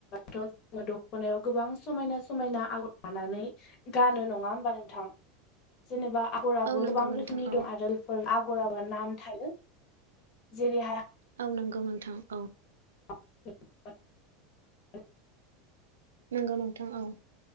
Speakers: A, on the left (about 50°); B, on the right (about 80°).
A: जोङो दख'नायाव गोबां समायना समायना आगर लानानै गानो नङा होमबा नोंथां जेनेबा आगराबो
B: औ नंगौ
A: गोबां
B: नोंथां
A: रोखोमनि
B: औ
A: दं आरो बेफोर आगराबो नाम थायो जेरैहा
B: औ नंगौ नोंथां औ
A: <inaudible>
B: नंगौ नोंथां औ